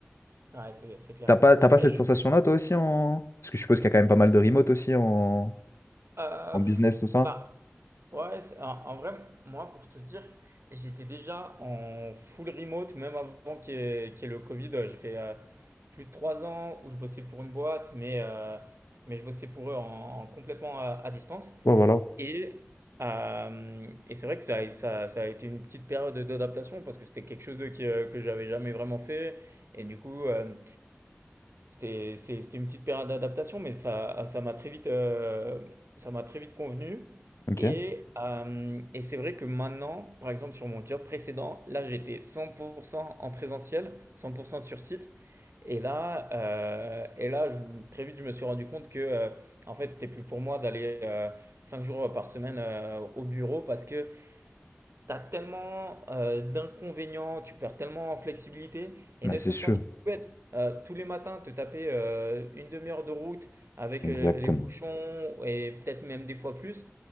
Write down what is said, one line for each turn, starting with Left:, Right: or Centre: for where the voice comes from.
Right: Ouais, c'est c'est clair.
Left: T'as pas, t'as
Right: Après,
Left: pas cette
Right: je...
Left: sensation-là toi aussi en... Parce que je suppose qu'il y a quand même pas mal de remote aussi en,
Right: Euh,
Left: en
Right: pff,
Left: business, tout ça.
Right: bah, ouais, c'est- en, en vrai, moi, pour te dire, j'étais déjà en full remote, même avant qu'il y ait, qu'il y ait le Covid. Ouais, J'ai fait euh, plus de trois ans où je bossais pour une boîte, mais, euh, mais je bossais pour eux en, en complètement à à distance.
Left: Ouais, voilà.
Right: Et, euh, et c'est vrai que ça, ça, ça a été une petite période d'adaptation parce que c'était quelque chose de, qui, euh, que j'avais jamais vraiment fait. Et du coup, euh, c'était, c'est- c'était une petite période d'adaptation, mais ça, ça m'a très vite, euh, ça m'a très vite convenu.
Left: Ok.
Right: Et, euh, et c'est vrai que maintenant, par exemple, sur mon job précédent, là, j'étais 100% en présentiel, 100% sur site. Et là, euh, et là je- très vite, je me suis rendu compte que, euh, en fait, c'était plus pour moi d'aller euh, cinq jours par semaine euh, au bureau parce que T'as tellement, heu, d'inconvénients, tu perds tellement en flexibilité et
Left: Bah,
Right: ne
Left: c'est
Right: serait-ce
Left: sûr.
Right: qu'un truc tout bête, heu, tous les matins te taper, heu, 1/2 heure de route avec,
Left: Exactement.
Right: heu, les bouchons et peut-être même des fois plus,